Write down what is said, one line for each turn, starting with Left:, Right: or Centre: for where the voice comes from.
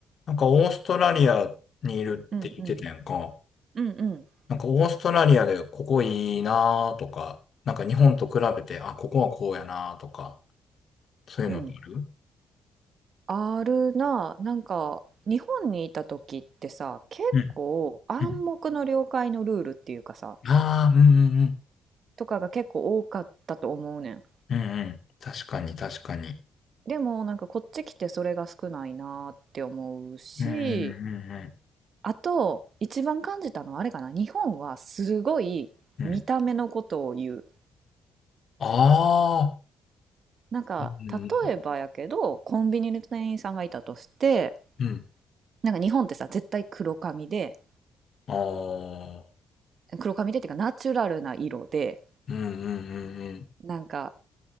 Left: なんかオーストラリアにいるって言ってたやんか。
Right: うんうん。うんうん
Left: なんかオーストラリアでここいいなーとか、なんか日本と比べて、あ、ここはこうやなーとか、そういうのってある
Right: うん。あるな。なんか、日本にいた時ってさ、結構暗黙の了解のルールっていうかさ、
Left: うん、うん。ああ、うんうんうん。
Right: とかが結構多かったと思うねん。
Left: うんうん。確かに確かに。
Right: でもなんかこっち来てそれが少ないなって思うし、
Left: うんうんう
Right: あと一番感じたのはあれかな。日本はすごい見た目のことを言う。
Left: んうん。ああ、
Right: なんか
Left: うん
Right: 例えばやけどコンビニの店員さんがいたとして、
Left: うんうん。
Right: なんか日本ってさ絶対黒髪で
Left: ああ、
Right: 黒髪でっていうかナチュラルな色で
Left: うんうんうん
Right: なんか